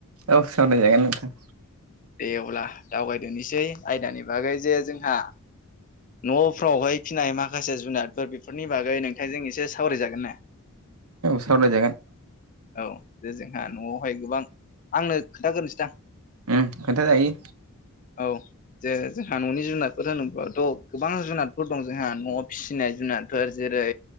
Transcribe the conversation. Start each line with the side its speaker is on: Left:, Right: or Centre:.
Right: औ सावरायजायगोन नथां
Left: दे अब्ला दावगायदोननोसै आयदानि बागै जे जोंहा न'फ्रावहाय फिनाय माखासे जुनारफोर बेफोरनि बागै नोंथांजों एसे सावरायजागोन ने
Right: सावलाय जागोन
Left: औ दे जोंहा न'आवहाय गोबां आंनो खोनथागोरोनोसै दां
Right: उम खोन्थाजायो
Left: औ जे जोंहा न'नि जुनारफोर होनोब्लाथ' गोबां जुनारफोर दं जोंहा न'आव फिसिनाय जुनादफोर जेरै